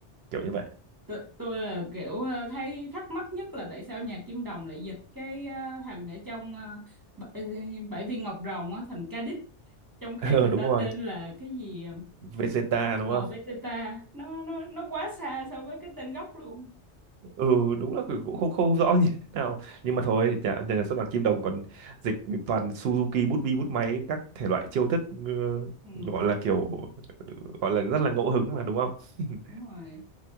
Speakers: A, on the right; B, on the right.
A: kiểu như vậy
B: tôi, tôi là kiểu ờ, thấy thắc mắc nhất là tại sao nhà Kim Đồng lại dịch cái ờ, thằng ở trong ờ, bảy, bảy viên ngọc rồng á, thành Ca-đích trong khi
A: <laughs> ừ,
B: người
A: đúng
B: ta
A: rồi
B: tên là cái gì ờ
A: Vegeta đúng
B: ờ,
A: không
B: Vegeta nó nó nó quá xa so với cái tên gốc luôn
A: ừ đúng là cũng không không rõ như thế nào nhưng mà thôi nhà, nhà xuất bản Kim Đồng còn dịch toàn Suzuki bút bi bút máy các thể loại chiêu thức ừ,
B: ừ,
A: gọi là kiểu gọi là rất là ngẫu hứng mà đúng không <laughs>
B: đúng rồi